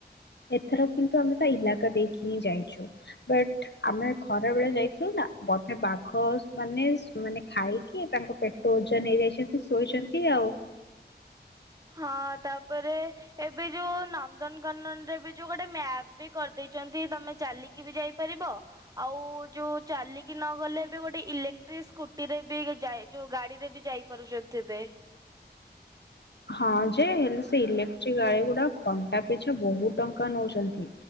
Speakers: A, on the left; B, on the right.
A: ଏଥର କିନ୍ତୁ ଆମେ ତା ଇଲାକା ଦେଇକି ହିଁ ଯାଇଚୁ ବଟ ଆମେ ଖରା ବେଳେ ଯାଇଥିଲୁ ନା ବଧେ ବାଘ ମାନେ ମାନେ ଖାଇକି ତାଙ୍କ ପେଟ ଓଜନ ହେଇଯାଇଛି। ଶୋଇଚନ୍ତି ଆଉ
B: ହଁ ତାପରେ ଏବେ ଯୋଉ ନନ୍ଦନକାନନରେ ଏବେ ଯୋଉ ଗୋଟେ ମ୍ୟାପ ବି କରିଦେଇଛନ୍ତି ତମେ ଚାଲିକି ବି ଯାଇପାରିବ ଆଉ ଯୋଉ ଚାଲିକି ନ ଗଲେ ଏବେ ଗୋଟେ ଇଲେକ୍ଟ୍ରିକ ସ୍କୁଟିରେ ବି ଯୋଉ ଗାଡିରେ ବି ଯାଇପାରୁଛନ୍ତି ଏବେ।
A: ହଁ ଯେ ହେଲେ ସେ ଇଲେକ୍ଟ୍ରିକ ଗାଡି ଗୁଡା ଘଣ୍ଟା ପିଛା ବହୁତ ଟଙ୍କା ନଉଛନ୍ତି